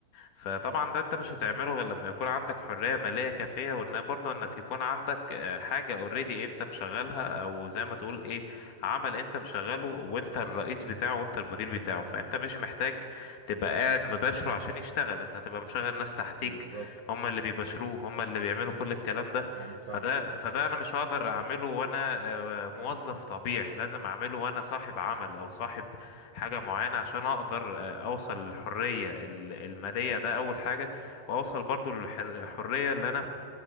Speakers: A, on the left; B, on the right.
A: فطبعا ده انت مش هتعمله غير لما يكون عندك حرية مالية كافية وان برضه انك يكون عندك آه، حاجة اوريدي انت مشغلها او زي ما تقول ايه عمل انت مشغله وانت الرئيس بتاعه وانت المدير بتاعه فانت مش محتاج تبقى قاعد مباشره عشان يشتغل انت هتبقى مشغل ناس تحتيك
B: بالظبط
A: هم اللي بيباشروه هم اللي بيعملوا كل الكلام ده
B: انا فاهم
A: فده فده انا مش هقدر اعمله وانا آه، موظف طبيعي لازم اعمله وانا صاحب عمل او صاحب حاجة معينة عشان اقدر اوصل للحرية ال- المالية ده اول حاجة واوصل برضو للحرية اللي انا